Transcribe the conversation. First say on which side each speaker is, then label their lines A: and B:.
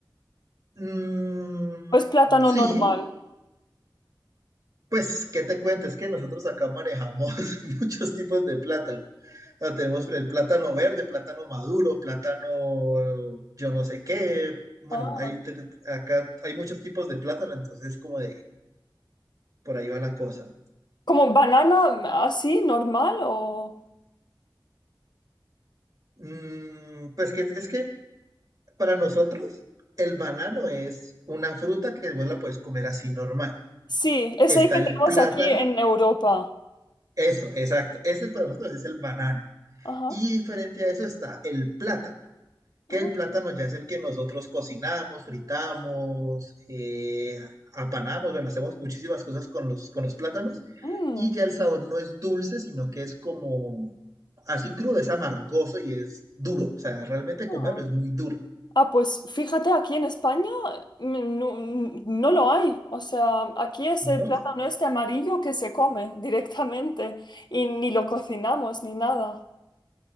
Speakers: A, on the right; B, on the left.
A: Mm,
B: ¿O es plátano normal?
A: sí, pues, ¿qué te cuento? Es que nosotros acá manejamos <laughs> muchos tipos de plátano. O sea, tenemos el plátano verde, plátano maduro, plátano yo no sé qué. Bueno,
B: Ah.
A: hay, te- acá hay muchos tipos de plátano, entonces como de por ahí va la cosa.
B: ¿Como banana así, normal o...?
A: Mm, pues que es que Para nosotros, el banano es una fruta que vos la puedes comer así normal.
B: Sí, es
A: Está
B: el que
A: el
B: tenemos
A: plátano,
B: aquí en Europa.
A: eso, exacto. Ese es para nosotros es el banano.
B: Ajá.
A: Y diferente a eso está el plátano, que
B: Oh,
A: el plátano ya es el que nosotros cocinamos, fritamos, eh, apanamos, bueno, hacemos muchísimas cosas con los, con los plátanos.
B: mm,
A: Y ya el sabor no es dulce, sino que es como así crudo, es amargoso y es duro. O sea, realmente
B: ah.
A: comerlo es muy duro,
B: Ah, pues fíjate, aquí en España mm, no, mm, no lo hay. O sea, aquí es
A: ¿no?
B: el plátano este amarillo que se come directamente y ni lo cocinamos ni nada. <laughs>